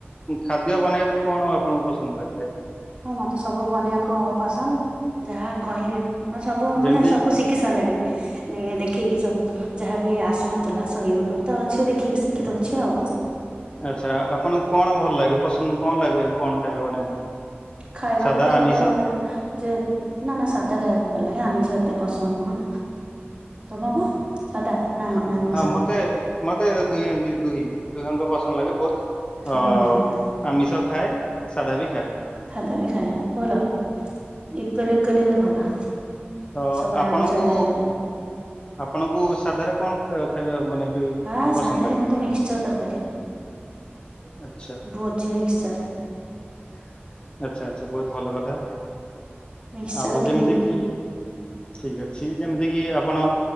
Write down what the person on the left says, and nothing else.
ଖାଦ୍ୟ ବନେଇବା ପାଇଁ କଣ ଆପଣଙ୍କୁ ପସନ୍ଦ ଲାଗିଥାଏ?
ଯେମିତି
ଆଚ୍ଛା ଆପଣଙ୍କୁ କଣ ଭଲ ଲାଗେ ପସନ୍ଦ୍ କଣ ଲାଗେ କଣ? ଖାଇବା ବନେଇବା ପାଇଁ?
ସାଧା
ଆମିଷ?
ହଁ
ହଁ ମତେ ମତେ ଦୁହେ -ଦୁଇ- ଦୁହେଁ ଙ୍କୁ ପସନ୍ଦ୍ ଲାଗେ ବୋଥ୍।
ଅ-
ଆମିଷ ଖାଏ ସାଧା ବି ଖାଏ।
ତ
ଆପଣଙ୍କୁ
ଆପଣଙ୍କୁ ସାଧାରେ କଣ ଖାଇବା ମାନେ ବି
ପସନ୍ଦ
ଲାଗେ?
ଆଚ୍ଛା
ଆଚ୍ଛା ଆଚ୍ଛା ବହୁତ୍ ଭଲ କଥା।
ଆଉ ଯେମିତି
କି ଠିକ୍ ଅଛି ଯେମିତି କିି ଆପଣ